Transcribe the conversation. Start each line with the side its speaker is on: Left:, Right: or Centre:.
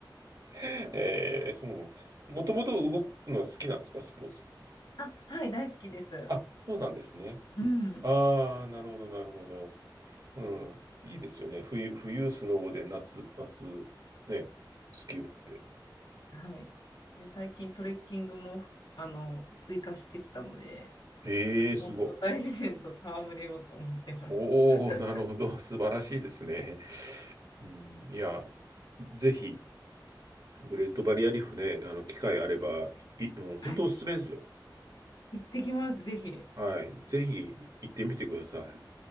Right: えー、そう。もともと動くのは好きなんですか、スポーツ。
Left: あ、はい、大好きです。
Right: あ、そうなんですね。
Left: うん。
Right: ああ、なるほど、なるほど。うん。いいですよね。冬、冬、スノボで夏、夏、ね、スキューバって。
Left: はい。で、最近トレッキングも、あの、追加してきたので、
Right: ええー、
Left: なんか本当大自然と戯れようと思ってます。
Right: すごい。おお、
Left: <laughs>
Right: なるほど。素晴らしいですね。うん、いや、ぜひ、グレートバリアリーフね、あの、機会あれば、い、うん本当おすすめですよ。
Left: はい。行ってきます、ぜひ。
Right: はい。ぜひ、行ってみてください。